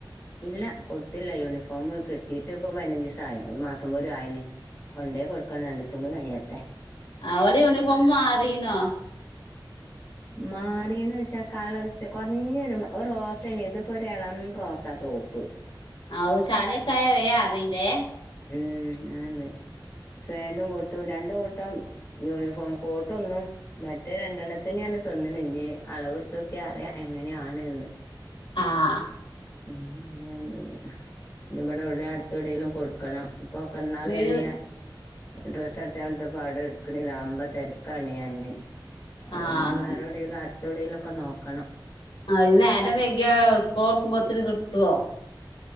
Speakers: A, on the left (about 35°); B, on the left (about 80°).
A: ഇല്ല കൊട്ത്തില്ല യൂണിഫോമ് കിട്ടിട്ട് ഇപ്പൊ പയ്നഞ്ചിസായി ഒരു മാസം പോലും ആയിന് കൊണ്ടേയി കൊടുക്കണം രണ്ടീസൂടി കയ്യട്ടെ
B: ആഹ് ഓലെ യൂണിഫോം മാറീണോ?
A: മാറീന്ന് വെച്ചാ കളർച്ച് കൊർഞ്ഞൊരു മ ഒരു റോസേനി ഇതിപ്പൊരെളം റോസാ. ടോപ്പ്.
B: ഔഹ് ചള്യൊക്കായാ വേ അറില്ലേ.
A: ഏഹ് ആഹ് ല്ലേ. ഫേൻ്റും കോട്ടും രണ്ട് കൂട്ടം യൂണിഫോം കോട്ട് ഒന്നും മറ്റേ രണ്ടെണ്ണത്തിന് പർഞ്ഞ് തന്ന്ണ്. ഇഞ്ഞ് അളവ് ഇട്ത്തോക്ക്യാ അറിയാ എങ്ങന്യാണ്ന്ന്.
B: ആഹ്
A: ഉം അതാ ഇല്ലത്. ഇഞ്ഞ് ഇബടെ എവ്ടെം അടുത്തെവ്ടെലും കൊടുക്കണം. ഇപ്പോക്ക ഇന്നാൾ
B: ഇയ്യ്
A: ഞാന് ഡ്രസ്സ് അട്ച്ചാൻ കൊട്ത്തപ്പ വ്ടെ ഇട്ക്ക്ണില്ലാ വമ്പം തെരക്കാണിയർഞ്ഞ്. അവഞ്
B: ആഹ്
A: വേറെ എവ്ടേലും അട്ത്തെവ്ടേലും ഒക്കെ നോക്കണം.
B: ആഹ് അഹ് ഞ് നേരം വെഗ്യാ സ്കൂളൊർക്കുമ്പോത്തിന് കിട്ടോ.